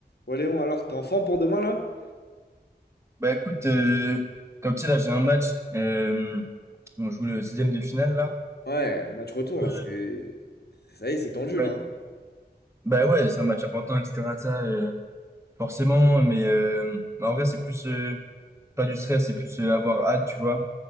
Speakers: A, on the left; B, on the right.
A: Ouais, Léon, alors, t'es en forme pour demain, là?
B: Bah écoute, euh, comme tu sais, là j'ai un match, euh, on joue le 16 de finale là.
A: Ouais, match retour
B: Euh,
A: là, c'est ça y est, c'est tendu
B: ouais.
A: là. hein.
B: Bah ouais, c'est un match important, etc. de Ça, euh, forcément, mais euh, bah, en vrai c'est plus euh, pas du stress, c'est plus euh, avoir hâte, tu vois.